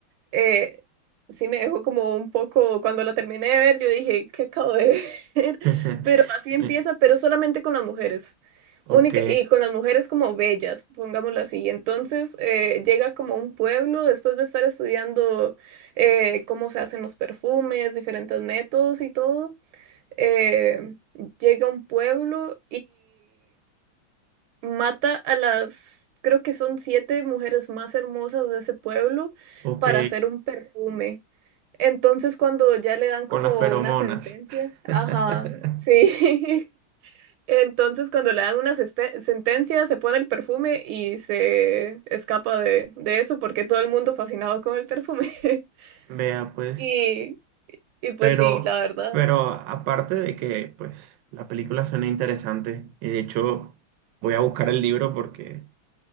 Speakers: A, on the right; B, on the right.
A: eh, sí me dejó como un poco, cuando la terminé de ver, yo dije, ¿qué acabo de ver?
B: <laughs>
A: <laughs> Pero así empieza,
B: Me-
A: pero solamente con las mujeres.
B: Ok,
A: Única, y con las mujeres como bellas, pongámoslo así. Entonces eh, llega como a un pueblo después de estar estudiando eh, cómo se hacen los perfumes, diferentes métodos y todo. eh, llega a un pueblo mata a las, creo que son siete mujeres más hermosas de ese pueblo
B: ok.
A: para hacer un perfume. Entonces cuando ya le dan como
B: Con las feromonas.
A: una sentencia,
B: <laughs>
A: ajá, sí. <laughs> Entonces cuando le dan una seste- sentencia, se pone el perfume y se escapa de, de eso porque todo el mundo fascinado con el perfume. <laughs>
B: Vea, pues.
A: Y, y pues
B: Pero,
A: sí, la verdad.
B: pero aparte de que, pues, la película suena interesante, y de hecho voy a buscar el libro porque